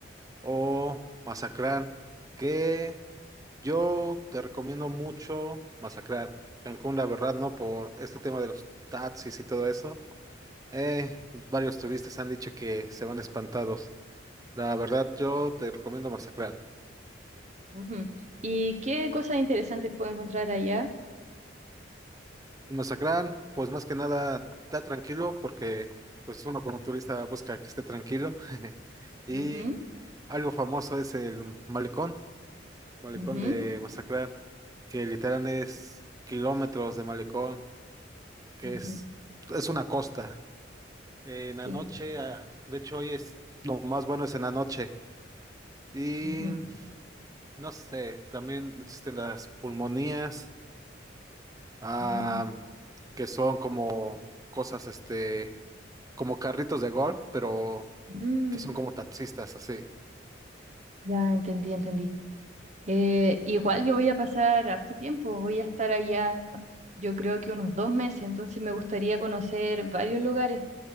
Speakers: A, on the right (about 20°); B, on the right (about 35°).
A: o Mazatlán, que Yo te recomiendo mucho Masacrán, Cancún, la verdad, ¿no? Por este tema de los taxis y todo eso. Eh, varios turistas han dicho que se van espantados. La verdad, yo te recomiendo Masacrán.
B: Ujú. ¿Y qué cosas interesantes puedo encontrar allá?
A: En Masacrán, pues más que nada, está tranquilo porque pues uno como turista busca que esté tranquilo. <laughs>
B: Ujú,
A: Y algo famoso es el malecón, malecón
B: ujú,
A: de Masacrán, que literal es kilómetros de malecón, que
B: ujú,
A: es, es una costa. en
B: Sí.
A: la noche, ah, de hecho hoy es, Lo más bueno es en la noche. Y
B: ujú.
A: no sé, también existen las pulmonías, ah,
B: Mm,
A: que son como cosas, este, como carritos de golf, pero
B: mm,
A: que son como taxistas, así.
B: Ya entendí, entendí. Eh, igual yo voy a pasar harto tiempo, voy a estar allá, ¿no? yo creo que unos dos meses, entonces me gustaría conocer varios lugares.